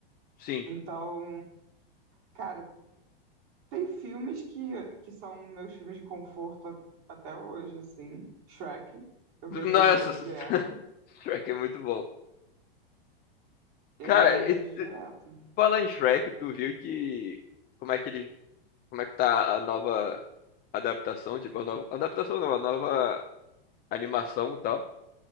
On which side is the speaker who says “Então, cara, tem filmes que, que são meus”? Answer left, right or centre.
Right